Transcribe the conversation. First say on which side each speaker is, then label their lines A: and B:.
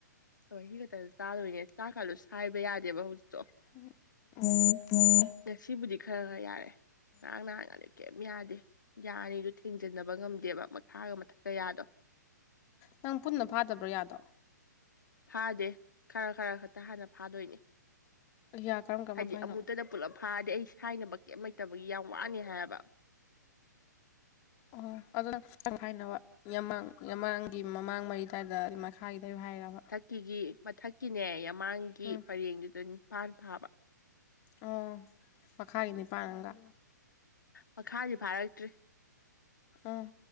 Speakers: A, on the left; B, on the left.
A: ꯊꯋꯣꯏꯟꯀꯤ ꯅꯨꯗꯜꯁ ꯆꯥꯗꯣꯏꯅꯦ ꯆꯥꯛ ꯀꯥꯗꯨ ꯁꯥꯏꯕ ꯌꯥꯗꯦꯕ ꯍꯧꯖꯤꯛꯇꯣ
B: <unintelligible>
A: ꯉꯁꯤꯕꯨꯗꯤ ꯈꯔ ꯈꯔ ꯌꯥꯔꯦ ꯉꯔꯥꯡ ꯅꯍꯥꯡꯒꯗꯤ ꯀꯩꯝ ꯌꯥꯗꯦ ꯌꯥ ꯑꯅꯤꯗꯣ ꯊꯦꯡꯖꯟꯅꯕ ꯉꯝꯗꯦꯕ ꯃꯈꯥꯒ ꯃꯊꯛꯀꯌꯥꯗꯣ
B: ꯅꯪ ꯄꯨꯟꯅ ꯐꯥꯗꯕ꯭ꯔꯣ ꯌꯥꯗꯣ
A: ꯐꯥꯗꯦ ꯈꯔ ꯈꯔ ꯈꯛꯇ ꯍꯥꯟꯅ ꯐꯥꯗꯣꯏꯅꯦ
B: ꯌꯥ ꯀꯔꯝ ꯀꯔꯝꯕ
A: ꯍꯥꯏꯗꯤ
B: ꯐꯥꯏꯅꯣ
A: ꯑꯃꯨꯛꯇꯗ ꯄꯨꯂꯞ ꯐꯥꯔꯗꯤ ꯑꯩ ꯁꯥꯏꯅꯕ ꯀꯩꯝ ꯂꯩꯇꯕꯒꯤ ꯌꯥꯝ ꯋꯥꯅꯤ ꯍꯥꯏꯌꯦꯕ
B: ꯑꯣ ꯑꯗꯣ <unintelligible> ꯌꯥꯝꯃꯥꯡꯒꯤ ꯃꯃꯥꯡ ꯃꯩ ꯀꯗ ꯃꯈꯥꯒꯤꯗ ꯍꯥꯏꯔꯕ
A: ꯀꯤꯒꯤ ꯃꯊꯛꯀꯤꯅꯦ ꯌꯥꯃꯥꯡꯒꯤ
B: ꯎꯝ
A: ꯄꯔꯦꯡꯗꯨꯗ ꯅꯤꯄꯥꯜ ꯐꯥꯕ
B: ꯑꯣ ꯃꯈꯥꯒꯤ ꯅꯤꯄꯥꯟ ꯑꯃꯒ
A: ꯃꯈꯥꯗꯤ ꯐꯥꯔꯛꯇ꯭ꯔꯤ
B: ꯎꯝ